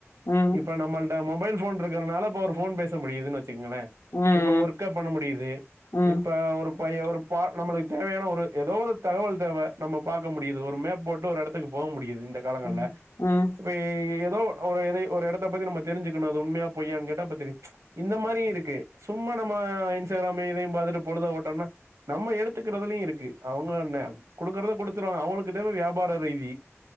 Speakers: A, on the left (about 65°); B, on the right (about 85°).
A: ம்
B: இப்ப நம்மள்ட மொபைல் போன் இருக்கறனால இப்ப ஒரு போன் பேச முடியுதுனு வச் சுங்களே
A: ம்
B: இப்ப ஒர்க்க பண்ண முடியுது
A: ம்
B: இப்ப ஒரு ப்பயே ஒரு பா நம்ளுக்கு தேவையான ஒரு எதோ ஒரு தகவல் தேவ நம்ம பாக்க முடியுது ஒரு மேப் போட்டு ஒரு எடத்துக்கு போக முடியுது இந்த காலங்கள்ல
A: ம் ம் ம்
B: இப்பயி தோ ஒர் ஒரு எட ஒரு எடத்த பத்தி நம்ம தெரிஞ்சுக்கணு அது உண்மையா பொய்யானு கேட்ட அப்ப தெரியு இந்த மாரியு இருக்கு சும்மா மா நம்ம இன்ஸ்டாகிராம் இதயு பாத்துட்டு பொழுத ஓட்டோம்னா நம்ம எடுத்துக்கறதுலையு இருக்கு அவங்கள என்ன குடுக்குறத குடுத்துருவாங்க அவங்களுக்கு தேவ வியாபார ரீதி